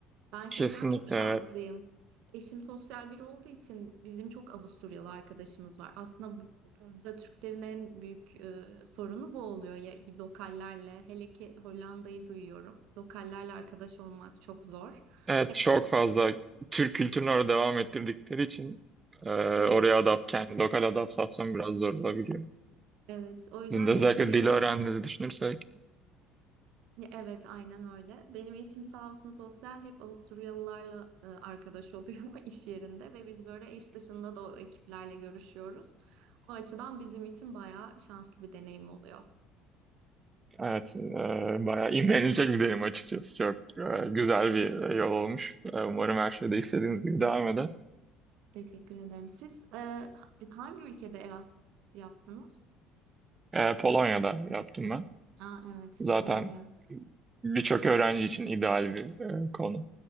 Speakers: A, on the right (about 60°); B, on the right (about 25°).
A: Ben şeyden
B: kesinlikle
A: çok şanslıyım.
B: evet.
A: Eşim sosyal biri olduğu için bizim çok Avusturyalı arkadaşımız var. Aslında bu- burada Türklerin en büyük e, sorunu bu oluyor. Ya, lokallerle hele ki Hollanda'yı duyuyorum. Lokallerle arkadaş olmak çok zor.
B: Evet
A: Hep
B: çok fazla Türk kültürünü orada devam ettirdikleri için e,
A: evet
B: oraya adapt, kendi lokal adaptasyon biraz zor olabiliyor.
A: Evet, o yüzden
B: Sizin de
A: eşim
B: özellikle
A: benim
B: dili öğrendiğinizi düşünürsek.
A: evet aynen öyle. Benim eşim sağ olsun sosyal hep Avusturyalılarla e, arkadaş oluyor <laughs> iş yerinde ve biz böyle iş dışında da o ekiplerle görüşüyoruz. O açıdan bizim için bayağı şanslı bir deneyim oluyor.
B: Evet, e, bayağı imrenilecek bir derim açıkçası. Çok e, güzel bir e, yol olmuş. E, umarım her şey de istediğiniz gibi devam eder.
A: Teşekkür ederim. Siz e, hangi ülkede Erasmus yaptınız?
B: E, e, Polonya'da yaptım ben.
A: Aa, evet,
B: Zaten
A: Polonya.
B: birçok öğrenci için ideal bir e, konu.